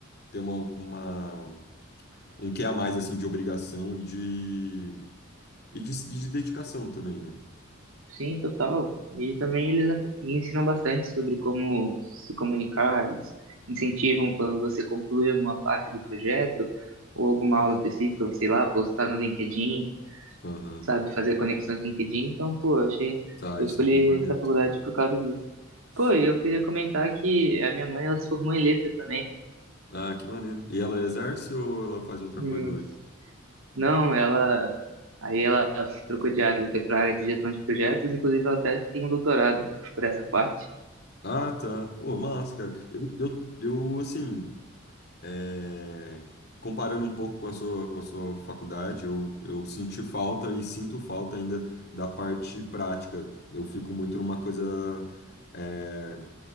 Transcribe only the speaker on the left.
Tem uma, uma um quê a mais, assim, de obrigação e de, e de, e de dedicação também, né?
Aham.
Tá,
isso
é bem maneiro
também.
Sim.
Ah, que maneiro. E ela exerce ou ela faz outra
coisa hoje?
Ah, tá. Pô, massa, cara. Eu, eu, eu assim, é, comparando um pouco com a sua, com a sua faculdade, eu, eu senti falta e sinto falta ainda da parte prática. Eu fico muito numa coisa é,